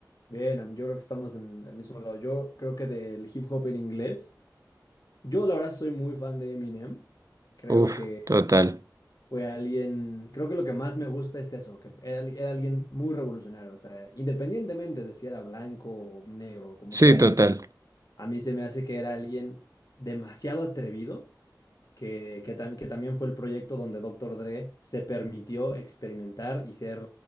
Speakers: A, on the left; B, on the right.
A: Bien, am- yo creo que estamos en el mismo lado. Yo creo que del hip hop en inglés. Yo, la verdad, soy muy fan de Eminem. Creo
B: Uf,
A: que
B: total.
A: fue alguien. Creo que lo que más me gusta es eso, que era, al- era alguien muy revolucionario. O sea, independientemente de si era blanco o negro o como
B: Sí,
A: sea.
B: total.
A: A mí se me hace que era alguien demasiado atrevido, que, que, tam- que también fue el proyecto donde Doctor Dre se permitió experimentar y ser